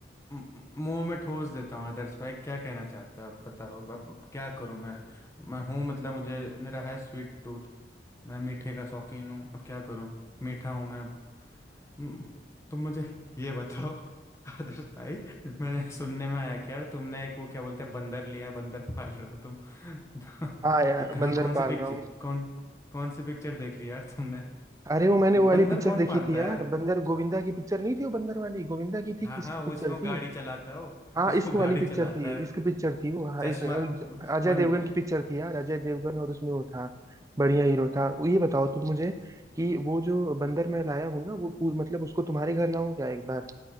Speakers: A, on the left; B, on the right.
A: म- मुंह में ठोस देता हूँ आदर्श भाई क्या कहना चाहते हो आप बताओ अब क्या करूँ मैं मैं हूँ मतलब मुझे मेरा है स्वीट टूथ मैं मीठे का शौकीन हूँ अब क्या करूँ मीठा हूँ मैं हम्म, तुम मुझे ये बताओ <laughs> आदर्श भाई मैंने सुनने में आया कि यार तुमने एक वो क्या बोलते हैं बंदर लिया है, बंदर पाल रहे हो तुम <laughs> तो
B: हाँ यार
A: ये कहाँ
B: बंदर
A: कौन सी
B: पाल
A: पिक्चर
B: रहा हूँ
A: कौन कौन सी पिक्चर देख ली यार तुमने
B: अरे वो मैंने वो वाली
A: बंदर
B: पिक्चर
A: कौन
B: देखी
A: पालता
B: थी
A: है
B: यार
A: यार
B: बंदर गोविंदा की पिक्चर नहीं थी वो बंदर वाली गोविंदा की थी
A: हाँ
B: किसकी
A: हाँ
B: पिक्चर
A: वो इसमें वो
B: थी
A: गाड़ी चलाता है वो
B: हाँ
A: इसमें
B: इश्क
A: वो
B: वाली
A: गाड़ी
B: पिक्चर
A: चलाता
B: थी
A: है
B: इश्क पिक्चर थी वो हाँ
A: चश्मा
B: इस अजय
A: वो बं,
B: देवगन की पिक्चर थी यार अजय देवगन और उसमें वो था बढ़िया हीरो था ये बताओ तुम मुझे कि वो जो बंदर मैं लाया हूँ ना वो पू- मतलब उसको तुम्हारे घर लाऊं क्या एक बार